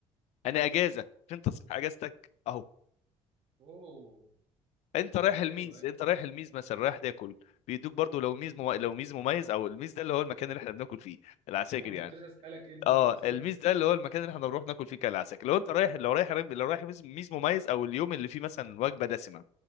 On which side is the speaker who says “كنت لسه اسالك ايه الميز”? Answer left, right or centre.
Right